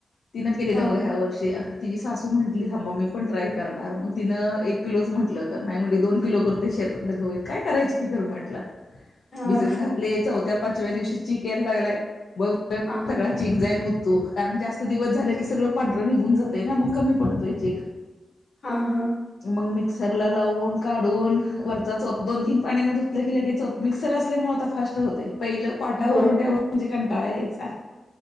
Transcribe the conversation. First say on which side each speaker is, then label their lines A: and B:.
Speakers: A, on the left (about 80°); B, on the left (about 60°).
A: तिनं केलेलं
B: हा
A: बघा ह्या
B: हा
A: वर्षी. तिची सासू म्हटली थांबा मी पण ट्राय करणार मग तिनं एक किलोच म्हटलं तर नाही म्हटली दोन किलो करते शेतात. आपल गहु आहेत काय करायच ती कर म्हटलं.
B: हा
A: भिजत घातलय चौथ्या, पाचव्या दिवशी चीक यायला लागलाय बघ
B: हां, हां.
A: सगळा चिक जायला उठतो कारण जास्त दिवस झालं की सगळं पांढर निघून जात आहे ना मग कमी पडतय चिक.
B: <inaudible> हा हा.
A: मग मिक्सरला लावून, काढून वरचा चो दोन, तीन पाणी न धुतलं की लगेचो. मिक्सर असल्यामुळे आता फास्ट होतय पहिलं पाटावररुट्यावर
B: हो, हो.
A: म्हणजे कंटाळा यायचा.